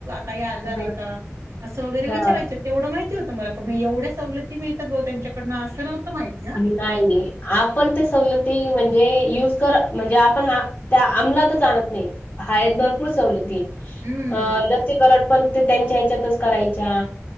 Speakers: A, on the right; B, on the left.
A: काही आजारीय
B: हा
A: का, असं वगैरे
B: हा
A: विचारायच्या तेवढं माहिती होतं मला पण मी एवढ्या सवलती मिळतात बुवा त्यांच्याकडनं असं नव्हतं माहिती आ.
B: नाही नाही, आपण ते सवलती म्हणजे युज कर म्हणजे आपणा त्या आमलातच आणत नाही हायेत भरपूर सवलती.
A: हम्म
B: अं लसीकरण पण ते त्यांच्या हच्यातच करायच्या